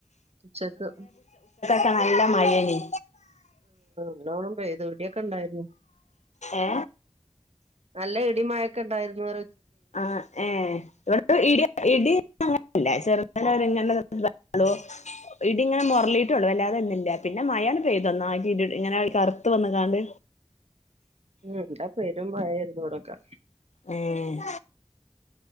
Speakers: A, on the right (about 60°); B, on the left (about 70°).
A: ഉച്ചക്ക്
B: ഒക്ക നല്ല മഴനി
A: എല്ലോണം പോയത് ഇടിയൊക്കെ ഇണ്ടായിരുന്നു
B: ഏ
A: നല്ല ഇടി മഴക്കെ ഉണ്ടായിരുന്നു
B: ആ ഏ ഇവിടെ ഇ ഇടി അങ്ങനല്ല ചെറ അങ്ങങ്ങനു ഇടി ഇങ്ങനെ മുരളിട്ടള്ളൂ വല്ലാതെ ഒന്നില്ല പിന്നെ മയാണ് പ്തൊന്ന ആിട്ട് ഇങ്ങനെ അവള കറു വന്നക്കാണ്ട്
A: ഉം എന്താ പെരും മയായിരുന്നു കൂടൊക്കെ
B: ഉം